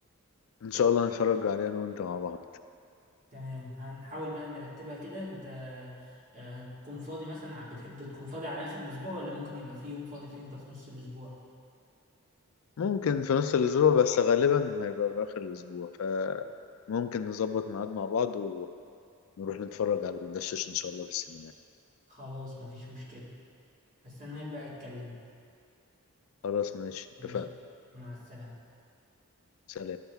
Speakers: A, on the left; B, on the right.
A: ان شاء الله نتفرج عليه انا وانت مع بعض
B: تمام هنحاول بقى نرتبها كده انت آه، هتكون فاضي مثلا ع- بتحب تكون فاضي على اخر الاسبوع ولا ممكن يبقى في يوم فاضي فيه انت في نص الاسبوع
A: ممكن في نص الأسبوع بس غالبا هيبقى في آخر الأسبوع فممكن نظبط ميعاد مع بعض ونروح نتفرج على الدشاش إن شاء الله في السينما
B: خلاص مفيش مشكلة هستناك بقى تكلمني
A: خلاص ماشي
B: ماشي
A: اتفقنا
B: مع السلامة
A: سلام